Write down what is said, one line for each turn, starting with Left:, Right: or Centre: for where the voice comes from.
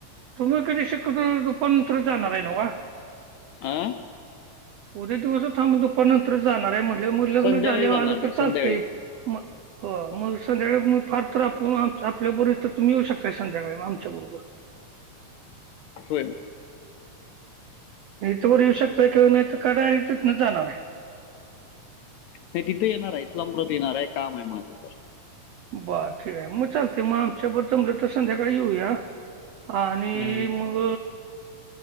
Right: तुम्ही कधी शक्यतो दुपार नंतर जाणार आहे ना तवा
Left: आं
Right: उद्या दिवस भर थांबून दुपार नंतरच जाणार आहे म्हटलं मग लग्न
Left: संध्याकाळी
Right: झाल्यावर
Left: जाणार
Right: आलं
Left: मी
Right: तर चालत.
Left: संध्याकाळी
Right: म हो मग संध्याकाळी मग फार तर आपण आपल्याबरोबर तर तुम्ही येऊ शकता संध्याकाळी आमच्या बरोबर
Left: होय.
Right: इथ वर येऊ शकताय किवा नाही तर डायरेक्ट तिथंन जाणार आहे.
Left: नाही तिथे येणार आहे. इस्लामपुरात येणार आहे काम आहे माझं तर
Right: बर ठीक आहे मग चालते मग आमच्या बरोबर जमलं तर संध्याकाळी येऊया. आणि
Left: हा
Right: मग